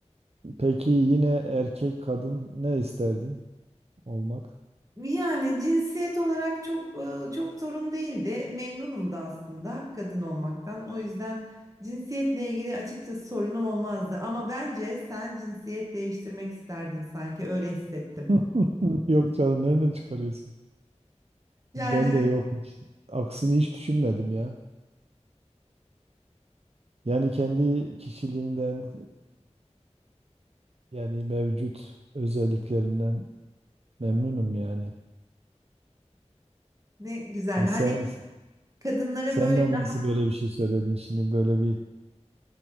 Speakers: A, on the right; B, on the right.
A: Peki yine erkek kadın ne isterdin olmak?
B: Yani cinsiyet olarak çok e, çok sorun değildi. Memnunum da aslında kadın olmaktan. O yüzden cinsiyetle ilgili açıkçası sorunum olmazdı. Ama bence sen cinsiyet değiştirmek isterdin sanki öyle hissettim.
A: <laughs> Yok canım nereden çıkarıyorsun?
B: Yani
A: Ben
B: hani
A: de yok hiç. Aksini hiç düşünmedim ya. Yani kendi kişiliğimden e, yani mevcut özelliklerimden memnunum yani.
B: ne güzel.
A: Ha,
B: Hani
A: Sen
B: kadınlara
A: Sen
B: böyle
A: de nasıl böyle bir şey söyledin şimdi böyle bir